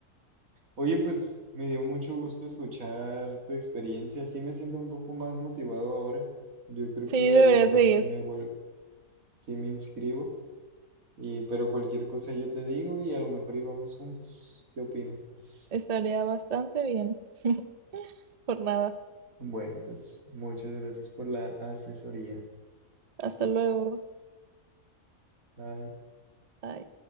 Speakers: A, on the right; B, on the right.
A: Oye, pues me dio mucho gusto escuchar tu experiencia, sí me siento un poco más motivado ahora. Yo creo
B: Sí,
A: que
B: deberías
A: a lo mejor
B: de
A: sí
B: ir.
A: me vuel- sí me inscribo Y, pero cualquier cosa yo te digo y a lo mejor íbamos juntos. ¿Qué opinas?
B: Estaría bastante bien. <laughs> Por nada.
A: Bueno, pues muchas gracias por la asesoría.
B: Hasta luego.
A: Bye.
B: Bye.